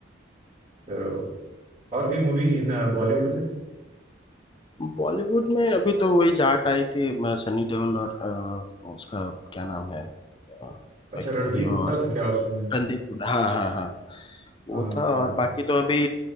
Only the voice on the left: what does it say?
हम्म। बॉलीवुड में अभी तो वही जाट आई थी म, सनी देओल और अ, उसका क्या नाम है अ,
एक
हीरो
और
रणदीप हुड्डा। हाँ हाँ हाँ वो
था और बाकी तो अभी